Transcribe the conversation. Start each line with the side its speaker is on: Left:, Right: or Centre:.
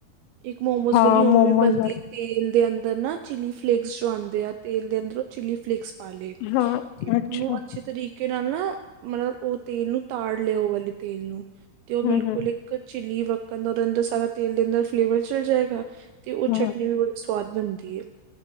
Right: ਇੱਕ ਮੋਮੋਜ਼
Left: ਹਾਂ
Right: ਵਾਲੀ ਉਵੇ
Left: ਮੋਮੋਸ
Right: ਵੀ ਬਣਦੀ
Left: ਵਾਲੀ
Right: ਏ ਤੇਲ ਦੇ ਅੰਦਰ ਨਾ ਚਿੱਲੀ ਫਲੇਕਸ ਜੋ ਆਉਂਦੇ ਆ ਤੇਲ ਦੇ ਅੰਦਰ ਉਹ ਚਿੱਲੀ ਫਲੇਕਸ। ਪਾ ਲਏ
Left: ਹਾਂ
Right: ਤੇ
Left: ਅੱਛਾ
Right: ਉਹਨੂੰ ਅੱਛੇ ਤਰੀਕੇ ਕਿਰਨ ਨਾ ਮਤਲਬ ਉਹ ਤੇਲ ਨੂੰ ਤਾੜ ਲਿਆਓ ਵਾਲੇ ਤੇਲ ਨੂੰ ਤੇ ਉਹ ਬਿਲਕੁਲ
Left: ਹਮ
Right: ਚਿੱਲੀ ਵਕਣ ਦਾ ਉਹਦੇ ਅੰਦਰ ਸਾਰਾ ਤੇਲ ਦੇ ਅੰਦਰ ਫਲੇਵਰ ਚਲ ਜਾਏਗਾ ਤੇ ਉਹ ਚਟਨੀ
Left: ਹਮ
Right: ਚਟਨੀ ਬੜੀ ਸਵਾਦ ਬਣਦੀ ਹੈ